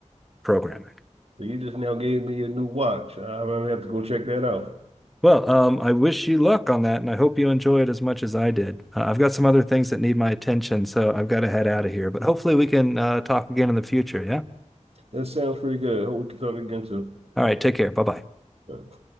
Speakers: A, in the centre; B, on the right (about 50°).
A: programming.
B: So you just now gave me a new watch. I'm gonna have to go check that out.
A: Well, um, I wish you luck on that, and I hope you enjoy it as much as I did. Uh, I've got some other things that need my attention, so I've got to head out of here. But hopefully, we can uh, talk again in the future. Yeah.
B: That sounds pretty good. Hope we can talk again
A: All right. Take care. Bye bye.
B: soon.